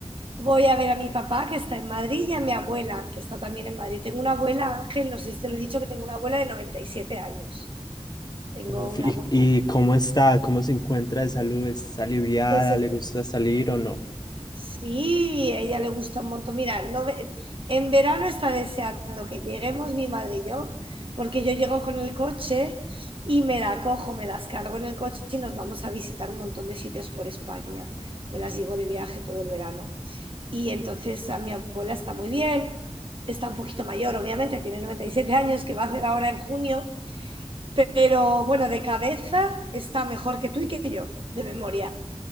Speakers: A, on the right; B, on the left.
A: Voy a ver a mi papá que está en Madrid y a mi abuela que está también en Madrid. Tengo una abuela, Ángel, no sé si te lo he dicho, que tengo una abuela de 97 años. Tengo
B: Uf,
A: una
B: ¿y,
A: abuela.
B: y cómo está? ¿Cómo se encuentra de salud? ¿Está aliviada?
A: Entonces,
B: ¿Le gusta salir o no?
A: sí, a ella le gusta un montón. Mira, no ve- en verano está deseando que lleguemos mi madre y yo, porque yo llego con el coche y me la cojo, me las cargo en el coche y nos vamos a visitar un montón de sitios por España. Me las llevo de viaje todo el verano. Y entonces a mi abuela está muy bien, está un poquito mayor, obviamente, tiene 97 años, que va a hacer ahora en junio, pero bueno, de cabeza está mejor que tú y que yo, de memoria,